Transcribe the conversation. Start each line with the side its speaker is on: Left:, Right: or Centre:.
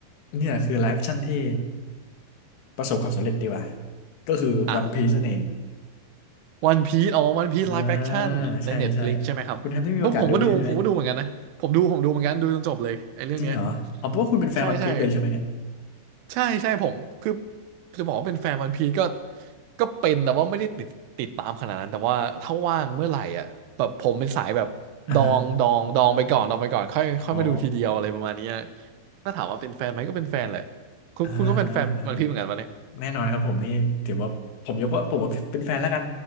Left: เนี่ยคือไลฟ์ชั่นที่ประสบความสำเร็จดีกว่า ก็คือวันพี
Right: อ่ะ
Left: e นั่นเอง
Right: วันพีซอ๋อวันพีซไลฟ์แอคชั่นใน
Left: อ่าใช่ใช่
Right: Netflix ใช่ไหมครับผมผมก็ดูผมก็ดูเหมือนกันนะผมดูผมดูเหมือนกันดูจนจบเลยไอ้เรื่องเนี้ย
Left: คุณแฮมได้มีโอกาสดูใช่ไหม จริงเหรออ๋อเพราะว่าคุณเป็นแฟนวันพี
Right: ใช่ใช่
Left: e เลยใช่ไหมเนี่ย
Right: ใช่ใช่ผมคือจะบอกว่าเป็นแฟนวันพีซก็ก็เป็นแต่ว่าไม่ได้ติดติดตามขนาดนั้นแต่ว่าถ้าว่างเมื่อไหร่อ่ะแบบผมเป็นสายแบบดองดองดองไปก่อนดองไปก่อนค่อยค่อยมาดูทีเดียวอะไรประมาณเนี้ย
Left: อ่าฮะอ๋อ
Right: ถ้าถามว่าเป็นแฟนไหมก็เป็นแฟนแหละคุณคุณก็เป็นแฟนวันพีเหมือนกันปะเนี่ย
Left: อ่าอ่าอ่า แน่นอนครับผมนี่ถือว่าผมยกว่าผมว่าเป็นแฟนแล้วกัน